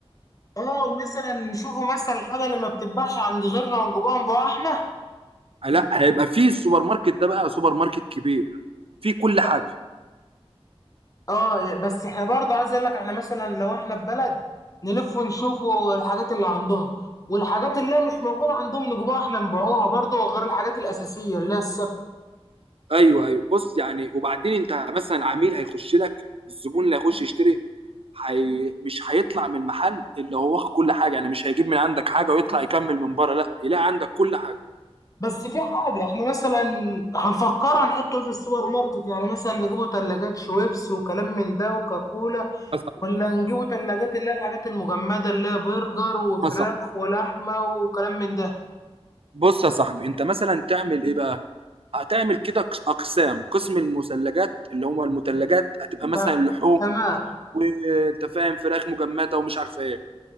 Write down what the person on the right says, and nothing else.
آه، لا هيبقى فيه السوبر ماركت ده بقى سوبر ماركت كبير فيه كل
حاجه
ايوه ايوه بص يعني وبعدين انت مثلا العميل هيخش لك الزبون اللي هيخش يشتري حي... مش هيطلع من المحل اللي هو واخد كل حاجه يعني مش هيجيب من عندك حاجه ويطلع يكمل من بره لا يلاقي عندك كل حاجه
يا صاحبي
يا صاحبي،
بص يا صاحبي انت مثلا تعمل ايه بقى هتعمل كده قس- اقسام قسم المثلجات اللي هم المثلجات هتبقى مثلا
لحوم
وانت فاهم فراخ مجمده ومش عارف ايه